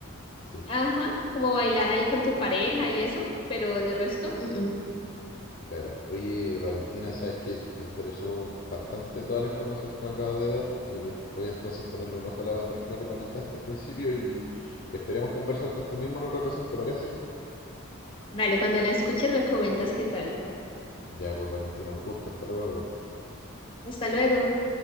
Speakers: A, on the left; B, on the left.
A: Sí,
B: Ajá, como bailar ahí con tu pareja y eso, pero de resto,
A: cl-
B: mm, mm.
A: claro. Oye, Valentina, sabes que me interesó bastante toda la información que me acabas de dar. Eh, voy a entonces ponerle un ojo a la banda que me recomendaste al principio y esperemos conversar de esto mismo en otra ocasión, ¿te parece?
B: Dale, cuando la escuches me comentas qué tal.
A: Ya, pues Valentina, un gusto, hasta luego.
B: Hasta luego.